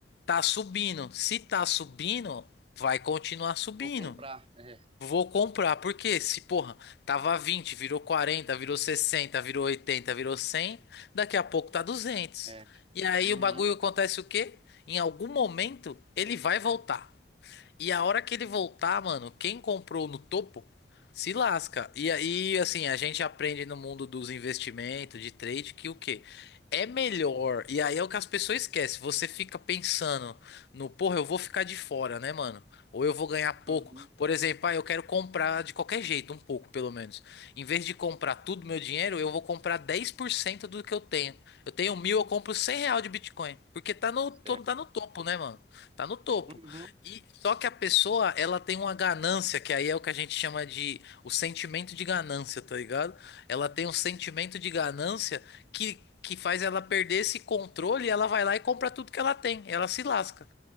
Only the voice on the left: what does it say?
tá subindo. Se tá subindo, vai continuar subindo.
Vou comprar, porque se, porra, tava 20, virou 40, virou 60, virou 80, virou 100, daqui a pouco tá duzentos.
E aí
o bagulho acontece o quê? Em algum momento ele vai voltar. E a hora que ele voltar, mano, quem comprou no topo se lasca. E aí, assim, a gente aprende no mundo dos investimentos, de trade, que o quê? É melhor. E aí é o que as pessoas esquecem. Você fica pensando no, porra, eu vou ficar de fora, né, mano? Ou eu vou ganhar pouco.
Por exemplo, ah, eu quero comprar de qualquer jeito, um pouco pelo menos. Em vez de comprar tudo meu dinheiro, eu vou comprar 10% do que eu tenho. Eu tenho mil, eu compro 100 real de Bitcoin. Porque tá no,
to- tá no topo, né, mano? Tá no topo.
E só que a pessoa, ela tem uma ganância, que aí é o que a gente chama de o sentimento de ganância, tá ligado? Ela tem um sentimento de ganância que, que faz ela perder esse controle e ela vai lá e compra tudo que ela tem. Ela se lasca.